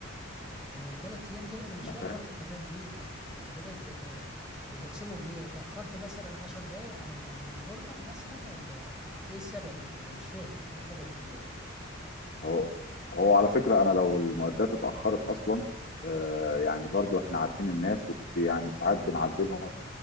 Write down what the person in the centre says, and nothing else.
آه، تلات ايام دول انا مش
فاهم
برضو كمان ليه يعني انت حضرتك بت... بتخصمهم ليه اتأخرت مثلا عشر دقايق عن ال... عن الاوردر مثلا ولا ايه السبب يعني انا مش فاهم ايه التلات ايام يعني